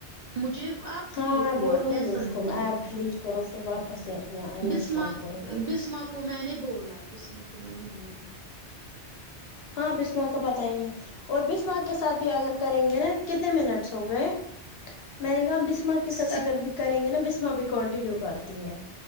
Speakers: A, on the right; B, on the left.
A: مجھے اب
B: ہاں
A: ٹھیک
B: میں
A: ہوا
B: بولوں
A: فیصل
B: گی اس
A: نے
B: کو
A: کیا
B: ایپ ڈیلیٹ کرو پھر واپس انسٹال
A: بسما
B: کرو
A: بسما کو میں نے بولا بسما کو میں نے بولا
B: ہاں بسما کا پتاہ ہی ہے اور بسما تو سات بھی اگر کریں گے نا کتنے منٹس ہو گئے میں نے کہا بسما کے
A: سک
B: ساتھ اگر بھی کریں گے نا بسما سما بھی کانٹینیو کرتی ہیں